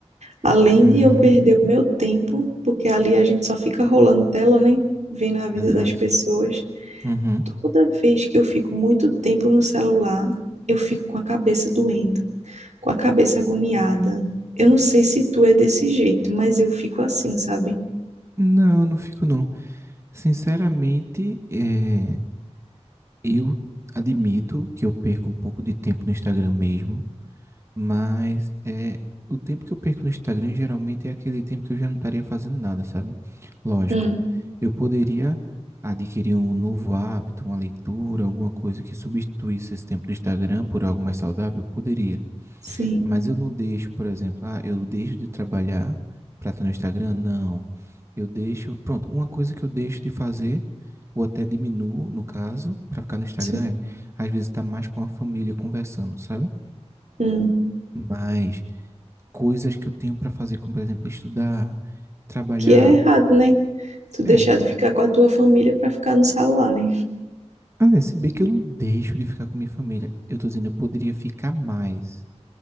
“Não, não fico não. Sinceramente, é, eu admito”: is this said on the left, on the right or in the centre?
Right